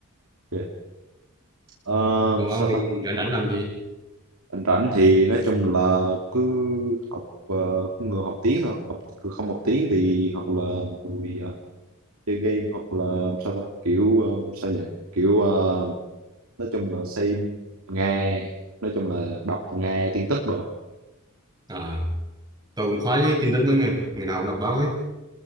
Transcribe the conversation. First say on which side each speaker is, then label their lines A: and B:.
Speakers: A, on the right; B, on the right.
A: Ok. Ờ,
B: còn
A: sao
B: ông thì
A: ta
B: rảnh rảnh làm gì
A: anh rảnh thì nói chung là cứ học ờ, cứ người học tiếng thôi học cứ không học tiếng thì hoặc là người ờ, chơi game hoặc là sao ta kiểu ờ, sao nhỉ kiểu ờ, nói chung là xem nghe nói chung là đọc nghe tin tức rồi
B: à, tôi cũng khoái cái tin tức lắm nghe ngày nào cũng đọc báo ấy